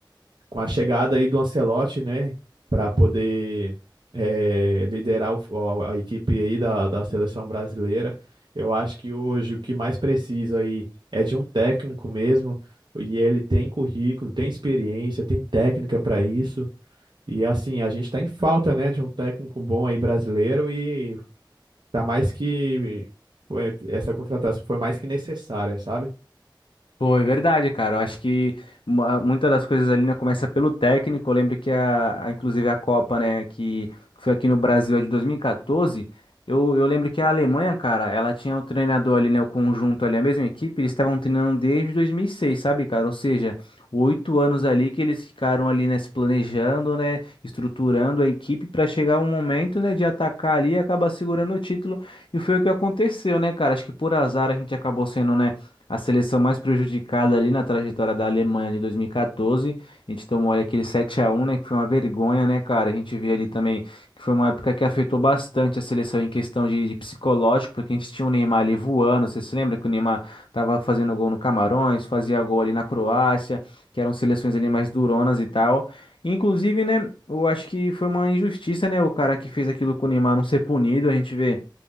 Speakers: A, on the right; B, on the left.
A: com a chegada aí do Ancelotti, né, para poder eh, liderar o fu- a a equipe aí da, da seleção brasileira, eu acho que hoje o que mais precisa aí é de um técnico mesmo, e ele tem currículo, tem experiência, tem técnica para isso, e assim, a gente está em falta, né, de um técnico bom aí brasileiro, e tá mais que, foi- essa contratação foi mais que necessária, sabe?
B: Pô, é verdade, cara. Eu acho que uma- muitas das coisas ali, né, começa pelo técnico. Eu lembro que a, a- inclusive a Copa, né, que foi aqui no Brasil a de 2014, eu, eu lembro que a Alemanha, cara, ela tinha o treinador ali, né, o conjunto ali, a mesma equipe, eles estavam treinando desde 2006 sabe, cara? Ou seja, oito anos ali que eles ficaram ali, né, se planejando, né, estruturando a equipe para chegar um momento, né, de atacar ali e acabar segurando o título. E foi o que aconteceu, né, cara? Acho que por azar a gente acabou sendo, né, a seleção mais prejudicada ali na trajetória da Alemanha de 2014. A gente tomou ali aquele 7 a 1 né? Que foi uma vergonha, né, cara? A gente vê ali também que foi uma época que afetou bastante a seleção em questão de, de psicológico, porque a gente tinha o Neymar ali voando. Você se lembra que o Neymar tava fazendo gol no Camarões, fazia gol ali na Croácia, que eram seleções ali mais duronas e tal. Inclusive, né, eu acho que foi uma injustiça, né, o cara que fez aquilo com o Neymar não ser punido. A gente vê.